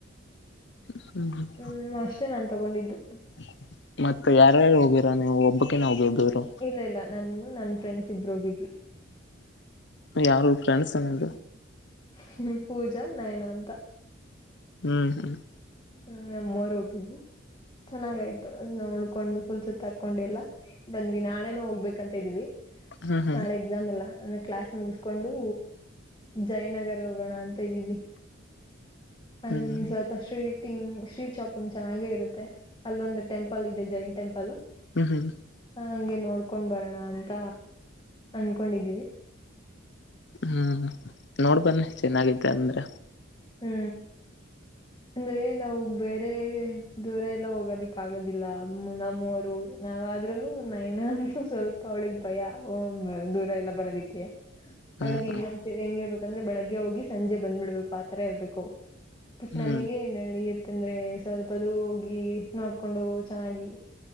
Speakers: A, on the left (about 55°); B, on the left (about 25°).
A: ಹ್ಮ ಹ್ಮ. <inaudible>
B: ಹ್ಮ್ ಅಷ್ಟೇ ನಾನ್ ತಗೊಂಡಿದ್ದು. <inaudible>
A: <inaudible> ಮತ್ತೆ ಯಾರ ಯಾರ ಹೋಗಿರಾ ನೀವು ಒಬ್ಬಕನೇ ಹೋಗೊದು ದೂರು.
B: ಇಲ್ಲ ಇಲ್ಲ ನನ್ನು ನನ್ ಫ್ರೆಂಡ್ಸ್ ಇಬ್ಬರು ಹೋಗಿದ್ವಿ.
A: ಯಾರು ಫ್ರೆಂಡ್ಸ್ ನಿಮ್ದು. <inaudible>
B: ಹ್ಮ್. <unintelligible> ಪೂಜಾ ನಯನಾ ಅಂತ.
A: ಹ್ಮ್. <unintelligible>
B: ಹ್ಮ್ ನಿಮ್ಮ ಊರ ಹೋಗಿದ್ವಿ <inaudible> ಚೆನ್ನಾಗಾಯ್ತು ನೋಡ್ಕೊಂಡು ಫುಲ್ ಸುತ್ತಕೊಂಡ ಎಲ್ಲಾ. ಬಂದ್ವಿ ನಾಳೆನು ಹೋಗಬೇಕಂತ ಅದ್ವಿ <inaudible>
A: ಹ್ಮ್ ಹ್ಮ್ ಹ್ಮ್
B: ನಾಳೆ ಎಕ್ಸಾಮ್ ಇಲ್ಲಾ ಆಯ್ತ. ಕ್ಲಾಸ್ ಮುಗಸ್ಕೊಂಡು ಜಯನಗರ್ ಹೋಗೋಣ ಅಂತ ಇದ್ದೀವಿ. ಅಲ್ಲಿ
A: ಹ್ಮ್
B: ಸ್ವಲ್ಪ ಶ್ರೇ ಟಿಂಗ್ ಶ್ರೀ ಶಾಪಿಂಗ್ ಚೆನ್ನಾಗಿ ಇರುತ್ತೆ ಅಲ್ಲೊಂದು ಟೆಂಪಲ್ ಇದೆ ಜೈನ್ ಟೆಂಪಲ್.
A: ಹ್ಮ್ ಹ್ಮ್.
B: ಹ ಹಂಗೆ ನೋಡ್ಕೊಂಡ ಬರೋಣ ಅಂತ ಅನ್ಕೊಂಡಿದ್ದೀವಿ.
A: ಹ್ಮ ನೋಡ್ ಬನ್ನಿ ಚೆನ್ನಾಗಿದ್ದ ಅಂದ್ರ
B: ಹ್ಮ ಅಂದ್ರೆ ನಾವು ಬೇರೆ ದೂರ ಎಲ್ಲ ಹೋಗೋದಿಕ್ಕ ಆಗೋದಿಲ್ಲ ನಮ್ಮವರು ನಾವ ಆದ್ರಲ್ಲೂ ನೈನ ಅಂದೂ ಸ್ವಲ್ಪ ಅವ್ಳಗ ಭಯ ದೂರ ಎಲ್ಲ ಬರೋದಿಕ್ಕ ಅವಳಿಗೆ
A: ಹ್ಮ್
B: ಹೆಂಗಂತ ಹೆಂಗಿರ್ಬೇಕಂದ್ರೆ ಬೆಳಗ್ಗೆ ಹೋಗಿ ಸಂಜೆ ಬಂದ್ಬಿಡ್ಬೇಕು ಆತರ ಇರ್ಬೇಕು. ಬಟ್
A: ಹ್ಮ್
B: ನಮಗ ನಡಿಯತ್ತ ಅಂದ್ರೆ ಸ್ವಲ್ಪದು ಹೋಗಿ ನೋಡ್ಕೊಂಡು ಚೆನ್ನಾಗಿ